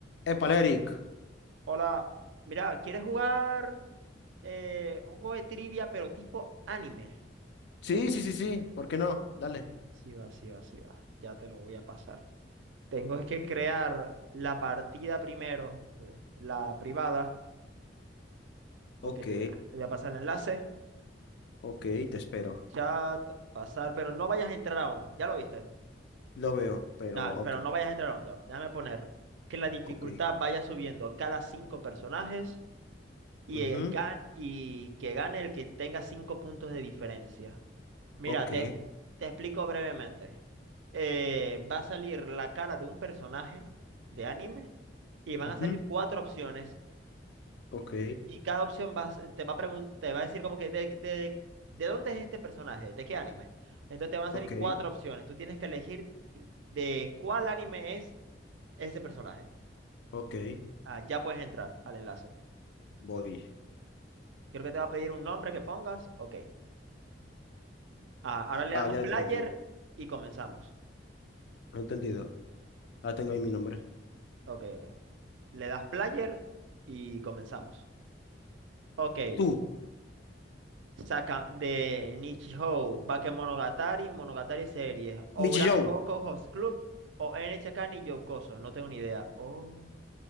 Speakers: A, on the left; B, on the right.
A: Épale, Eric.
B: Hola, mira, ¿quieres jugar eh, un juego de trivia pero tipo anime?
A: Sí, sí, sí, sí. ¿Por qué no? Dale.
B: Sí va, sí va, sí va. Ya te lo voy a pasar. Tengo es que crear la partida primero, eh, la privada.
A: Ok,
B: Ok, te voy a, te voy a pasar el enlace.
A: ok, te espero.
B: Chat, pasar, pero no vayas a entrar aún. ¿Ya lo viste?
A: Lo veo, pero
B: Nah,
A: ok,
B: pero no vayas a entrar aún. Ya va. Déjame poner que la dificultad
A: ok.
B: vaya subiendo a cada cinco personajes y,
A: Ujú,
B: eh, gan- y que gane el que tenga cinco puntos de diferencia. Mira,
A: Ok,
B: te, te explico brevemente. Eh, va a salir la cara de un personaje de anime y van
A: ujú,
B: a salir cuatro opciones
A: ok,
B: y, y cada opción va a se- te va a pregun- te va a decir como que de, de, de dónde es este personaje, de qué anime. Entonces te van a salir
A: ok,
B: cuatro opciones. Tú tienes que elegir de cuál anime es ese personaje.
A: ok.
B: Ah, ya puedes entrar al enlace.
A: Voy.
B: Creo que te va a pedir un nombre que pongas. Ok. Ah, ahora le
A: Ah,
B: damos
A: ya,
B: player
A: ya lo tengo.
B: y comenzamos.
A: Entendido. Ah, tengo ahí mi nombre.
B: Ok, ok. Le das player y comenzamos. Ok.
A: Tú,
B: Saca de Nichijou, Bakemonogatari, Monogatari Series, Ouran
A: Michi Joe,
B: Coco Host Club o NHK ni Yokoso. No tengo ni idea. Oh,